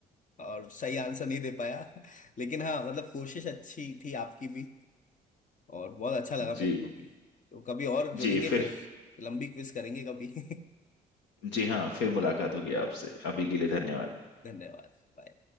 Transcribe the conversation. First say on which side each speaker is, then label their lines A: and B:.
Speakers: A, on the left; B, on the left.
A: और सही आंसर नहीं दे पाया <laughs> लेकिन हाँ मतलब कोशिश अच्छी थी आपकी भी और बहुत अच्छा लगा
B: जी
A: मेरे को भी तो कभी और जुड़ेंगे
B: जी फिर
A: फिर लंबी क्विज करेंगे कभी <laughs>
B: जी हाँ फिर मुलाकात होगी आपसे अभी के लिए धन्यवाद
A: धन्यवाद Bye.